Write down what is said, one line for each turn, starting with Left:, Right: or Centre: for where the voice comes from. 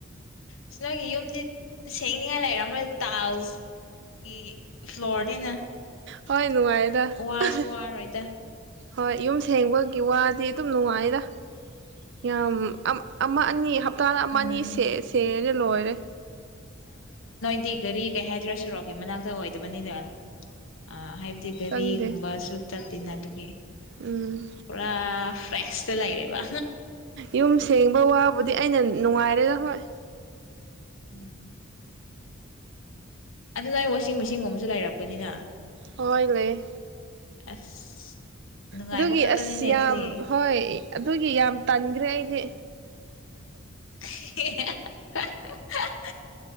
Left: ꯏꯁ ꯅꯪꯒꯤ ꯌꯨꯝꯗꯤ ꯁꯦꯡꯅꯤꯉꯥꯏ ꯂꯩꯔꯝ ꯃꯔꯣꯏ ꯇꯥꯜꯁ ꯒꯤ ꯐ꯭ꯂꯣꯔꯅꯤꯅ
Right: ꯍꯣꯏ ꯅꯨꯡꯉꯥꯏꯗ ꯑ
Left: ꯋꯥꯁꯨ
Right: ꯍ
Left: ꯋꯥꯔꯣꯏꯗ
Right: ꯍꯣꯏ ꯌꯨꯝ ꯁꯦꯡꯕꯒꯤ ꯋꯥꯗꯤ ꯑꯗꯨꯝ ꯅꯨꯡꯉꯥꯏꯔ ꯌꯥꯝ ꯑꯝ ꯑꯃ ꯑꯅꯤ ꯍꯥꯞ ꯇꯥꯔꯥ ꯑꯃ
Left: ꯎꯝ
Right: ꯑꯅꯤ ꯁꯦ ꯁꯦꯔꯦ ꯂꯣꯏꯔꯦ
Left: ꯗꯤ ꯒꯥꯔꯤ ꯀꯩ ꯍꯥꯏꯗ꯭ꯔꯥ ꯁꯨꯔꯛꯀꯤ ꯃꯅꯥꯛꯇ ꯑꯣꯏꯗꯕꯅꯤꯅ ꯑ ꯍꯥꯏꯕꯗꯤ ꯒꯥꯔꯤꯒꯨꯝꯕꯁꯨ
Right: ꯆꯪꯗꯦ
Left: ꯆꯠ ꯇꯤꯟꯅ ꯑꯗꯨꯒꯤ
Right: ꯎꯝ
Left: ꯄꯨꯔꯥ ꯏꯁ꯭ꯔꯦꯁꯇ ꯂꯩꯔꯦꯕ
Right: ꯌꯨꯝ ꯁꯦꯡꯕ ꯋꯥꯕꯨꯗꯤ ꯑꯩꯅ ꯅꯅꯨꯡꯉꯥꯏꯔꯗ ꯍꯣꯏ
Left: ꯎꯝ ꯑꯗꯨ ꯅ ꯑꯩ ꯋꯥꯁꯤꯡ ꯃꯦꯆꯤꯟꯒꯨꯝꯕꯁꯨ ꯂꯩꯔꯔꯕꯒꯅꯤꯅ
Right: ꯍꯣꯏ ꯂꯩꯌꯦ
Left: ꯑꯁ ꯅꯨꯡꯉꯥꯏꯕ
Right: ꯑꯗꯨꯒꯤ
Left: ꯈꯛꯇꯅꯤꯅꯦ
Right: ꯑꯁ ꯌꯥꯝ
Left: ꯑꯗꯨꯗꯤ
Right: ꯍꯣꯏ ꯑꯗꯨꯒꯤ ꯌꯥꯝ ꯇꯟꯈ꯭ꯔꯦ ꯑꯩꯗꯤ
Left: <inaudible>